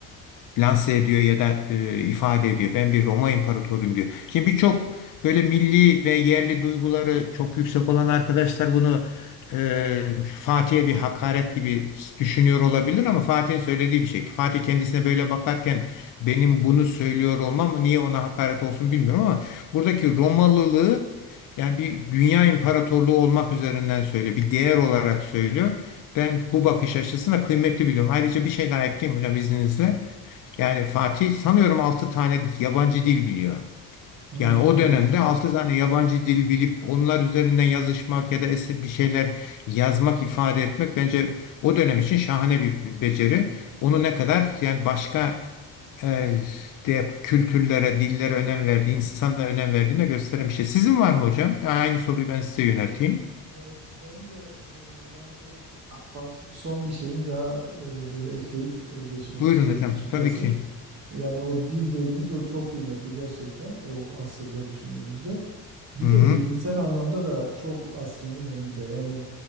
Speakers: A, on the left; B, on the right.
A: lanse ediyor ya da e, ifade ediyor. Ben bir Roma imparatoruyum diyor. Şimdi birçok böyle milli ve yerli duyguları çok yüksek olan arkadaşlar bunu e, Fatih'e bir hakaret gibi düşünüyor olabilir ama Fatih'in söylediği bir şey. Fatih kendisine böyle bakarken benim bunu söylüyor olmam niye ona hakaret olsun bilmiyorum ama buradaki Romalılığı yani bir dünya imparatorluğu olmak üzerinden söylüyor. Bir değer olarak söylüyor. Ben bu bakış açısına kıymetli biliyorum. Ayrıca bir şey daha ekleyeyim hocam izninizle. Yani Fatih sanıyorum 6 tane yabancı dil biliyor.
B: Hmm,
A: Yani o
B: evet.
A: dönemde 6 tane yabancı dil bilip onlar üzerinden yazışmak ya da es- bir şeyler yazmak, ifade etmek bence o dönem için şahane bir beceri. Onu ne kadar yani başka e, de kültürlere, dillere önem verdiği, insana önem verdiğine gösteren bir şey. Sizin var mı hocam? Aynı soruyu ben size yönelteyim.
B: Evet, ben de e, yani o Fatih'in son bir şeyini daha e, böyle ekleyip e, geçmek
A: Buyurun
B: istiyorum
A: hocam.
B: açıkçası.
A: Tabii ki.
B: Yani o dil dediğiniz o çok kıymetli gerçekten o asırda düşündüğümüzde. Bir
A: Hı-hı.
B: de bilimsel anlamda da çok asrının önünde. Yani